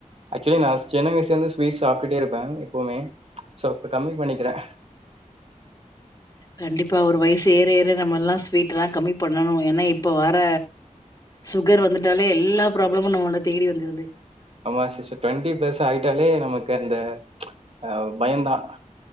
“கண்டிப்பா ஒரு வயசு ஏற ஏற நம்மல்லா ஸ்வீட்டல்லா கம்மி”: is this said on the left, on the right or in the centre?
Left